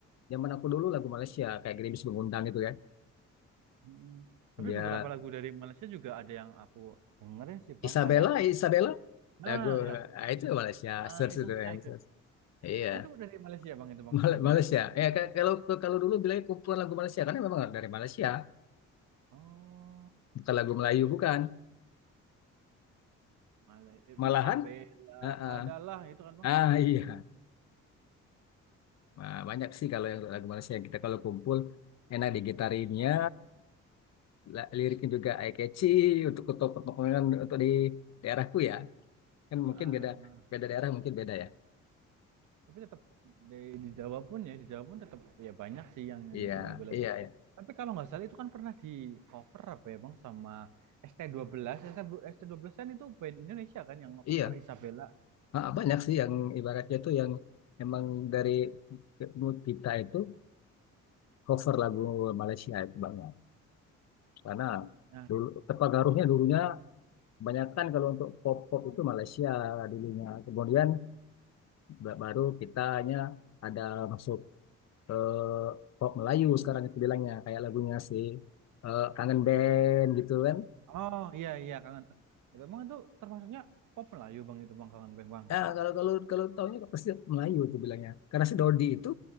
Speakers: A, on the left; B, on the right.
A: zaman aku dulu lagu Malaysia kayak Gerimis Mengundang itu kan.
B: Mm. Tapi
A: Ya
B: beberapa lagu dari Malaysia juga ada yang aku dengerin sih bang
A: Isabella,
B: kayak
A: Isabella
B: nah
A: lagu
B: ya
A: ah, itu Malaysia
B: ah,
A: search
B: itu
A: itu ya.
B: Icon.
A: bisa. Iya,
B: Itu dari Malaysia bang itu bang
A: Mal-
B: Isabella.
A: Malaysia. Ya ka- kalau kalau dulu bilangnya kumpulan lagu Malaysia karena memang dari Malaysia,
B: Oh,
A: bukan lagu Melayu bukan.
B: Malay eh,
A: Malahan
B: Isabella
A: ah ah.
B: adalah itu kan bang.
A: Ah, iya. Nah, banyak sih kalau yang lagu Malaysia yang kita kalau kumpul enak digitarinnya la- liriknya juga eye catchy untuk untuk pengumuman untuk di daerahku ya kan mungkin
B: Ah,
A: beda
B: ah, ah.
A: beda daerah mungkin beda ya
B: Tapi tetap di, di Jawa pun ya, di Jawa pun tetap ya banyak sih yang nyanyiin
A: iya
B: lagu-lagu
A: iya
B: itu.
A: iya
B: Tapi kalau nggak salah itu kan pernah di cover apa ya Bang sama ST12. st belas S T dua belas kan itu band Indonesia kan yang cover
A: iya
B: Isabella.
A: Ah, ah, banyak sih yang ibaratnya tuh yang emang dari mood kita itu cover lagu Malaysia itu banyak karena
B: Eh, Nah,
A: dulu terpengaruhnya dulunya kebanyakan kalau untuk pop pop itu Malaysia dulunya kemudian ba- baru kitanya ada masuk eh, pop Melayu sekarang itu bilangnya kayak lagunya si eh, Kangen Band gitu kan
B: oh iya iya kangen. Eh, Emang itu termasuknya pop Melayu Bang itu Bang kangen Bang Bang.
A: ya kalau kalau kalau taunya kok pasti Melayu tuh bilangnya karena si Dodi itu